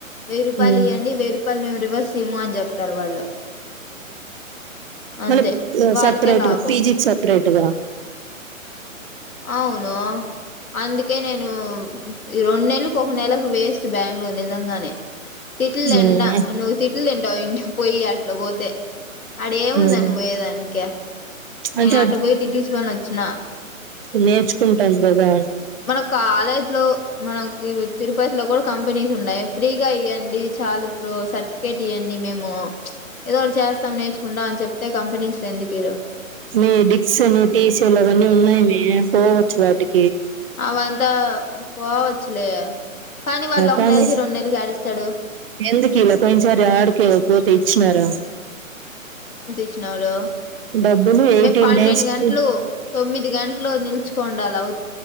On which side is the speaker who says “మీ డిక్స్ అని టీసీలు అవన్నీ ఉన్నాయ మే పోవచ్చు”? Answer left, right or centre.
Right